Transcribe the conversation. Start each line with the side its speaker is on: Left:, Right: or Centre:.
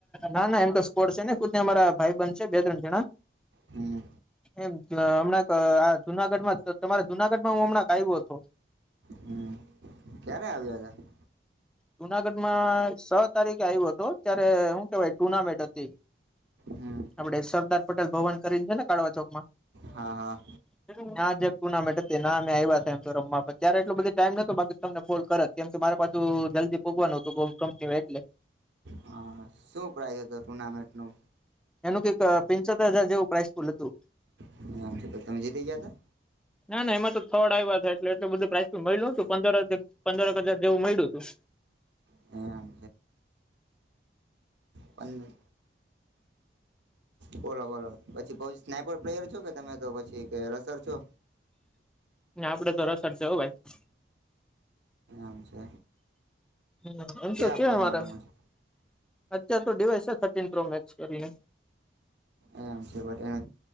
Centre: ના-ના એમ તો સ્કોડ છે ને ખુદ ને અમારા ભાઈ બંધન છે બે-ત્રણ જેળા.
Right: હમ
Centre: એમ ત હમણાં આ જુનાગઢમાં ત તમારા જુનાગઢમાં હું હમણાં આવ્યો તો.
Right: હમ ક્યારે આવ્યા હતા?
Centre: જુનાગઢમાં છ તારીખે આવ્યો હતો ત્યારે હું કેવાય ટુર્નામેન્ટ હતી.
Right: હમ
Centre: આપણે સરદાર પટેલ ભવન કરીને છે ને કાળવા ચોકમાં?
Right: હા, હા.
Centre: હેલો. ના, જક ટુર્નામેન્ટ હતી ના મેં આવ્યા તા એમ તો રમવા પણ ત્યારે એટલો બધું ટાઈમ નોતો બાકી તમને ફોન કરત કેમ કે મારે પાછું જલ્દી પોઘવાનું હતું કોક કંપનીમાં એટલે.
Right: હા શું પ્રાઇસ હતું ટુર્નામેન્ટનું?
Centre: એનું કંઈક પેનચોતર હજાર જેવું પ્રાઇસ પુલ હતું.
Right: હમ્મ, તો તમે જીતી ગયા હતા?
Centre: ના ના એમાં તો થર્ડ આવ્યા તા એટલે એટલુ બધું પ્રાઇસ મળ્યું તું પંદર હજાર પંદર હજાર જેવું મળ્યું તું.
Right: હતા એમ પંદર. બોલો બોલો પછી પ સ્નાયપર પ્લેયર છો કે તમે તો પછી કે રસર છો.
Centre: આપડે તો રસડ છે હો ભાઈ.
Right: એમ છે.
Centre: હમ એમ
Right: ક્યાં
Centre: તો છે
Right: ફોનમાં
Centre: અમારા
Right: રમો છો
Centre: અત્યાર તો ડડીવાઈસ છે થર્ટીન પ્રો મેક્સ કરીને.
Right: એમ છે બટ એને